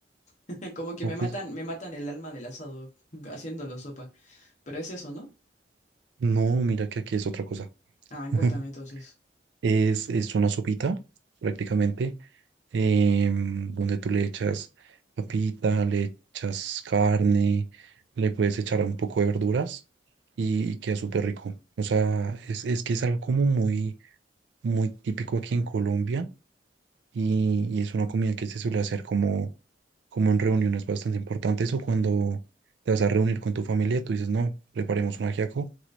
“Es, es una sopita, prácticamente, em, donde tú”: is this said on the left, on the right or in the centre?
Right